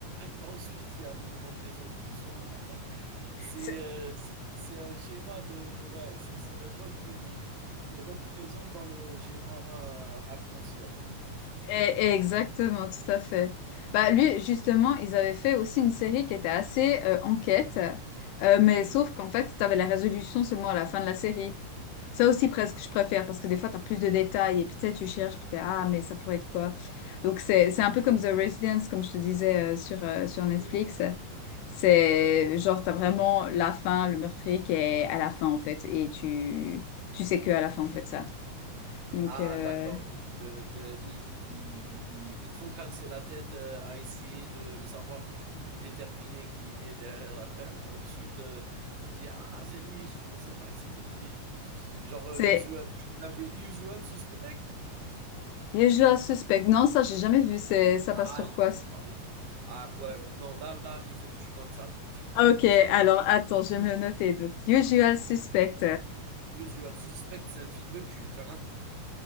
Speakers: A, on the right; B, on the left.
A: ensuite il y a un élément de résolution. <laughs> C'est,
B: C'est-
A: heu, c'est c'est un schéma de ouais, c'est c'est le rôle qui qu'il représente dans le schéma, heu, actentiel.
B: et- et exactement, tout à fait. Bah, lui, justement, ils avaient fait aussi une série qui était assez euh, enquête, euh, mais
A: Oui,
B: sauf qu'en fait, tu avais la résolution seulement à la fin de la série. Ça aussi, presque, je préfère, parce que des fois, tu as plus de détails, et puis tu sais, tu cherches, puis t'es, ah, mais ça pourrait être quoi? Donc, c'est, c'est un peu comme The Residence, comme je te disais, euh, sur, euh, sur Netflix.
A: oui.
B: C'est genre, tu as vraiment la fin, le meurtrier qui est à la fin, en fait, et tu, tu sais que à la fin, en fait, ça. Donc,
A: Ah
B: euh,
A: d'accord, donc heu, te ils ils ils ils ils te font casser la tête, heu, à essayer de savoir ou déterminer qui est derrière l'affaire. Ensuite, heu, tu te dis: «Ah c'est lui, je pensais pas que c'était lui». Genre, heu,
B: c'est
A: Usual tu l'as vu Usual Suspect?
B: déjà suspect. Non, ça, j'ai jamais vu. C'est, ça
A: Ah
B: passe sur
A: il
B: quoi?
A: faut le voir, il faut le voir. Ah ouais, ouais, non là là, il faut que tu notes ça tout de suite
B: Ah, Ok,
A: parce
B: alors,
A: que
B: attends, je
A: Us-
B: vais me le noter. Donc, Usual Suspect.
A: Usual Suspect, c'est un film culte, hein.